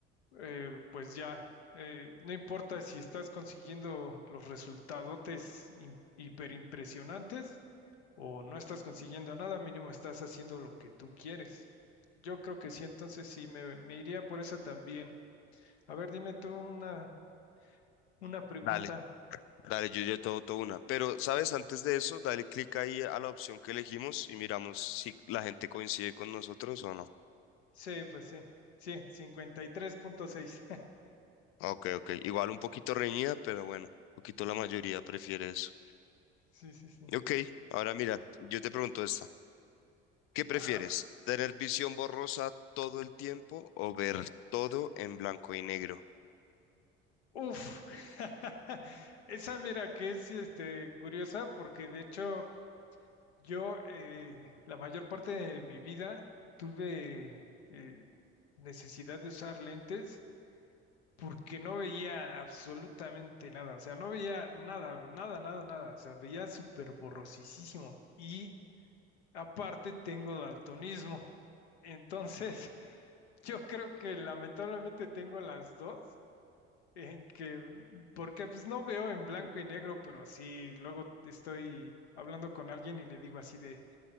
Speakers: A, on the left; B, on the left.
A: eh, pues ya, eh, no importa si estás consiguiendo los resultadotes im- hiperimpresionantes o no estás consiguiendo nada, mínimo estás haciendo lo que tú quieres. Yo creo que sí, entonces sí, me, me iría por eso también. A ver, dime tú una, una pregunta.
B: dale. Dale, yo ya tengo toda una. Pero, ¿sabes? Antes de eso, dale clic ahí a la opción que elegimos y miramos si la gente coincide con nosotros o no.
A: Sí, pues sí, sí, 53.6. <laughs>
B: Ah, Ok, ok. Igual un poquito reñida, pero bueno, un poquito la mayoría prefiere eso.
A: Sí, sí, sí.
B: Ok, ahora mira, yo te pregunto esta. ¿Qué prefieres?
A: Ajá.
B: ¿Tener visión borrosa todo el tiempo o ver todo en blanco y negro?
A: Uf, <laughs> esa mira que es este, curiosa porque de hecho yo eh, la mayor parte de mi vida tuve eh, necesidad de usar lentes porque no veía absolutamente nada, o sea, no veía nada, nada, nada, nada, o sea, veía súper borrosísimo y aparte tengo daltonismo, entonces <laughs> yo creo que lamentablemente tengo las dos en que, porque pues no veo en blanco y negro, pero sí, luego estoy hablando con alguien y le digo así de,